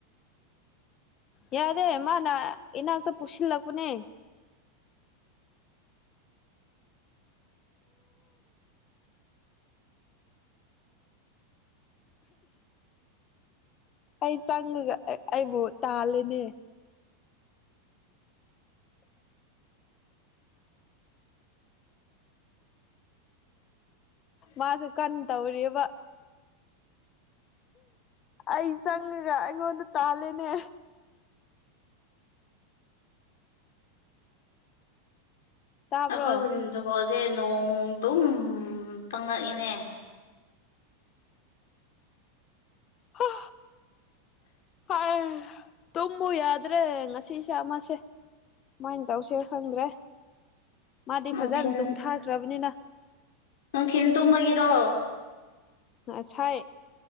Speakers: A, on the left; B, on the left.
A: ꯌꯥꯗꯦ ꯃꯥꯅ ꯏꯅꯥꯛꯇ ꯄꯨꯁꯤꯜꯂꯛꯄꯅꯦ ꯑꯩ ꯆꯪꯉꯒ ꯑꯩꯕꯨ ꯇꯥꯂꯦꯅꯦ ꯃꯥꯁꯨ ꯀꯟ ꯇꯧꯔꯤꯕ ꯑꯩ ꯆꯪꯉꯒ ꯑꯩꯉꯣꯟꯗ ꯇꯥꯜꯂꯦꯅꯦ ꯇꯥꯕ꯭ꯔꯣ
B: ꯑꯩꯈꯣꯏ ꯋꯤꯟꯗꯣꯁꯦ ꯅꯣꯡ ꯑꯗꯨꯝ ꯆꯪꯉꯛꯏꯅꯦ
A: ꯍ ꯍ ꯇꯨꯝꯃꯨ ꯌꯥꯗ꯭ꯔꯦ ꯉꯁꯤꯁꯦ ꯑꯃꯁꯦ ꯀꯃꯥꯏꯅ ꯇꯧꯁꯤꯔ ꯈꯪꯗ꯭ꯔꯦ ꯃꯥꯗꯤ
B: ꯅꯨꯡꯊꯤꯟ
A: ꯐꯖꯅ ꯇꯨꯝꯊꯥꯈ꯭ꯔꯕꯅꯤꯅ
B: ꯅꯨꯡꯊꯤꯟ ꯇꯨꯝꯕꯒꯤꯔꯣ
A: ꯉꯁꯥꯏ